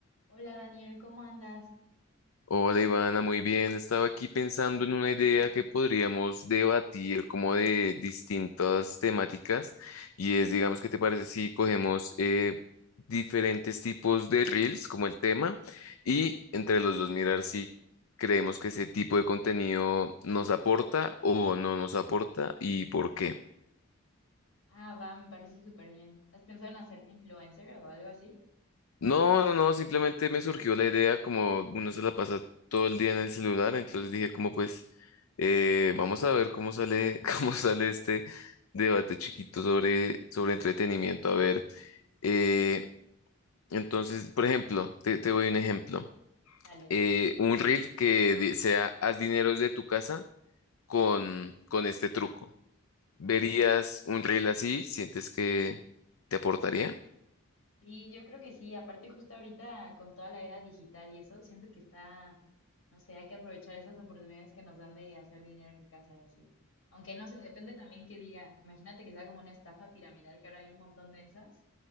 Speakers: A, on the left; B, on the left.
A: Hola Daniel, ¿cómo andas?
B: Hola Ivana, muy bien. Estaba aquí pensando en una idea que podríamos debatir como de distintas temáticas y es, digamos, ¿qué te parece si cogemos eh, diferentes tipos de reels como el tema y entre los dos mirar si creemos que ese tipo de contenido nos aporta o no nos aporta y por qué?
A: Ah, va, me parece súper bien. ¿Has pensado en hacerte influencer o algo así?
B: No, no, no, simplemente me surgió la idea, como uno se la pasa todo el día en el celular, entonces dije como pues eh, vamos a ver cómo sale, <laughs> cómo sale este debate chiquito sobre, sobre entretenimiento. A ver, eh, entonces, por ejemplo, te, te doy un ejemplo.
A: Dale, dale.
B: Eh, un reel que di- sea haz dineros de tu casa con, con este truco. ¿Verías un reel así? ¿Sientes que te aportaría?
A: Sí, yo creo que sí. Aparte, justo ahorita con toda la era digital y eso, siento que está, no sé, hay que aprovechar esas oportunidades que nos dan de hacer dinero en casa y así. Aunque no sé, depende también que diga. Imagínate que sea como una estafa piramidal, que ahora hay un montón de esas.